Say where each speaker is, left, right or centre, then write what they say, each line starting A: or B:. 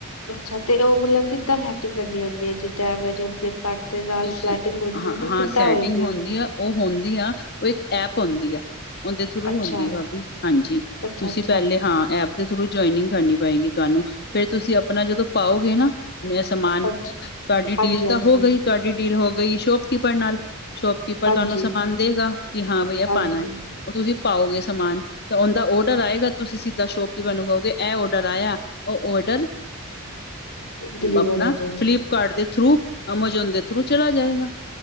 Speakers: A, on the left; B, on the left.
A: ਅੱਛਾ, ਤੇ ਉਹ ਮਤਲਬ ਕਿੱਦਾਂ ਹੈਕਟਿੰਗ ਕਰਨੀ ਆਉਂਦੀ ਹੈ, ਜਿੱਦਾਂ ਐਮਜ ਫਲਿੱਪ ਕੱਟ ਦੇ ਨਾਲ
B: ਤੁਸੀਂ
A: ਸਲੈਟਿੰਗ ਹੁੰਦੀ
B: ਹਾਂ
A: ਉਹ ਨਾ
B: ਹਾਂ
A: ਕਿੱਦਾਂ
B: ਸੈਟਿੰਗ
A: ਹੋਏਗੀ
B: ਹੁੰਦੀ
A: ਉਹ।
B: ਆ ਉਹ ਹੁੰਦੀ ਆ, ਉਹ ਇੱਕ ਐਪ ਉਦੀ ਆ। ਉਹਦੇ ਥਰੂ
A: ਅੱਛਾ
B: ਹੁੰਦੀ ਆ ਭਾਬੀ, ਹਾਂਜੀ
A: ਅੱਛਾ
B: ਤੁਸੀਂ
A: ਅੱਛਾ
B: ਪਹਿਲਾਂ ਹਾਂ ਐਪ ਦੇ ਥਰੂ ਜੁਆਇਨਿੰਗ ਕਰਨੀ ਪਏਗੀ ਤੁਹਾਨੂੰ, ਫੇਰ ਤੁਸੀਂ ਆਪਣਾ ਜਦੋਂ ਪਾਓਗੇ ਨਾ ਏਹ ਸਮਾਨ,
A: ਅੱਛਾ
B: ਤੁਹਾਡੀ
A: ਹਾਂਜੀ
B: ਡੀਲ
A: ਹਾਂਜੀ
B: ਤਾਂ ਹੋ ਗਈ, ਤੁਹਾਡੀ ਡੀਲ ਹੋ ਗਈ ਸ਼ੋਪਕੀਪਰ ਨਾਲ। ਸ਼ੋਪਕੀਪਰ
A: ਹਾਂਜੀ
B: ਤੁਹਾਨੂੰ ਸਮਾਨ ਦੇਗਾ ਕਿ ਹਾਂ ਬਈ ਆ
A: ਹਾਂਜੀ
B: ਪਾਂਣਾ ਹੈ, ਉਹ ਤੁਸੀਂ ਪਾਓਗੇ ਸਮਾਨ। ਤੇ ਉਹਦਾ ਓਡਰ ਆਏਗਾ। ਤੁਸੀਂ ਸਿੱਧਾ ਸ਼ੋਪ ਕੀਪਰ ਨੂੰ ਕਹੋਗੇ, ਇਹ ਓਡਰ ਆਇਆ ਉਹ ਓਡਰ
A: <inaudible> ਡਿਲੀਵਰ
B: ਆਪਣਾ
A: ਹੋ ਜਾਏਗਾ
B: ਫਲਿਪਕਾਰਟ ਦੇ ਥਰੂ, ਅਮਾਜ਼ੋਨ ਦੇ ਥਰੂ ਚਲਾ ਜਾਏਗਾ।